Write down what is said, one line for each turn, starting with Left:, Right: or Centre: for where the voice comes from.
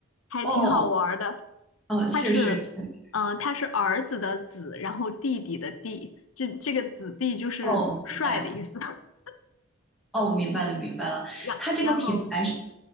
Left: 还挺好玩儿的。
Centre: 哦哦，确实，
Left: 它是。
Centre: 确实
Left: 嗯，呃他是儿子的子，然后弟弟的弟，这这个子弟就是帅的意思。
Centre: 哦，明白，
Left: <laughs>
Centre: 哦，明白了，明白了。
Left: 然然后对，
Centre: 它这个品牌是。